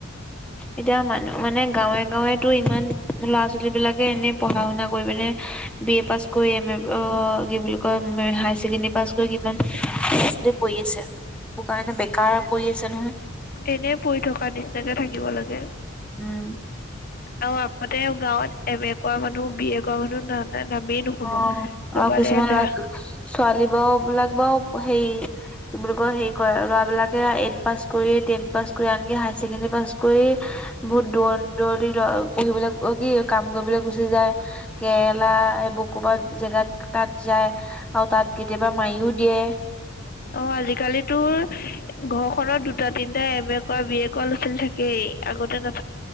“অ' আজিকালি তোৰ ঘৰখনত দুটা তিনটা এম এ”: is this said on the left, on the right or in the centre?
Left